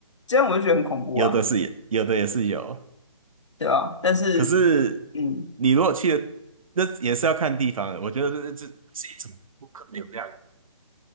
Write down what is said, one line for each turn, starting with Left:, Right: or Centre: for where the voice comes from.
Left: 这样我就觉得很恐怖啊，
Right: 有的是也有的也是有，
Left: 对啊，但是
Right: 可是你如果去的，
Left: 嗯，
Right: 那也是要看地方的。我觉得这这是一种顾客流量。